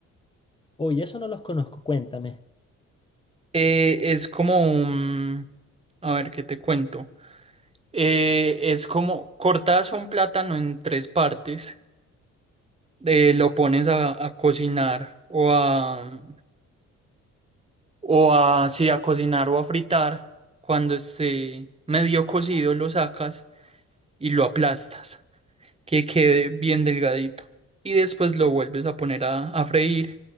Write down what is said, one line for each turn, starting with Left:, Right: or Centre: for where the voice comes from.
Left: Uy, eso no los conozco, cuéntame.
Right: Eh, es como un... A ver, ¿qué te cuento? Eh, es como cortas un plátano en tres partes, eh, lo pones a, a cocinar o a... o a... sí, a cocinar o a fritar. Cuando esté medio cocido lo sacas y lo aplastas. que quede bien delgadito. Y después lo vuelves a poner a, a freír